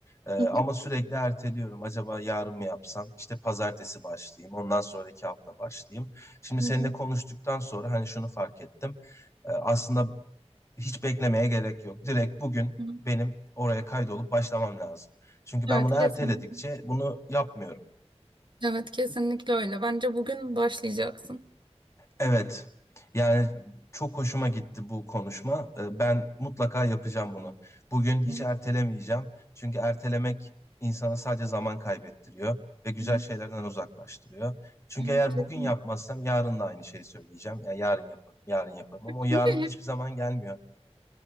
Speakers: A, on the left; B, on the right.
A: E, ama
B: Hı hı,
A: sürekli erteliyorum. Acaba yarın mı yapsam? İşte pazartesi başlayayım. Ondan sonraki hafta başlayayım. Şimdi
B: hı
A: seninle
B: hı,
A: konuştuktan sonra hani şunu fark ettim. E, aslında hiç beklemeye gerek yok. Direkt bugün
B: hı.
A: benim oraya kaydolup başlamam lazım. Çünkü
B: Evet
A: ben bunu
B: kesinlikle.
A: erteledikçe bunu yapmıyorum.
B: Evet kesinlikle öyle. Bence bugün başlayacaksın.
A: Evet. Yani çok hoşuma gitti bu konuşma. Ee, Ben mutlaka yapacağım bunu. Bugün hiç
B: Evet,
A: ertelemeyeceğim. Çünkü ertelemek insana sadece zaman kaybettiriyor ve güzel
B: evet,
A: şeylerden uzaklaştırıyor. Çünkü
B: evet
A: eğer
B: kesinlikle.
A: bugün yapmazsam yarın da aynı şeyi söyleyeceğim. Ya yarın yaparım, yarın yaparım ama o yarın
B: Çünkü hep
A: hiçbir zaman gelmiyor.